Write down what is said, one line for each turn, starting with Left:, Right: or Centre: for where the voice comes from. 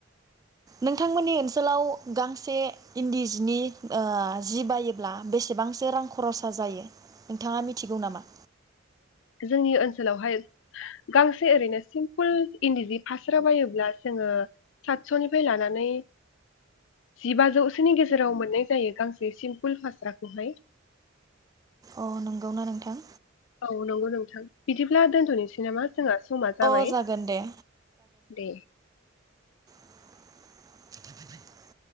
Right: नोंथांमोननि ओनसोलाव गांसे इन्दि जिनि ओ जि बायोब्ला बेसेबांसो रां खर'सा जायो नोंथाङा मिथिगौ नामा?
Left: जोंनि ओनसोलावहाय गांसे ओरैनो सिम्पोल इन्दि जि फास्रा बायोब्ला, जोङो सातस'निफ्राय लानानै जिबाजौसोनि गेजेराव मोननाय जायो गांसे सिम्पोल फास्राखौहाय।
Right: अ नंगौना नोंथां?
Left: औ नंगौ नोंथां। बिदिब्ला दोनथ'नोसै नामा? जोंहा समा जाबाय
Right: अ जागोन दे
Left: दे
Right: <inaudible>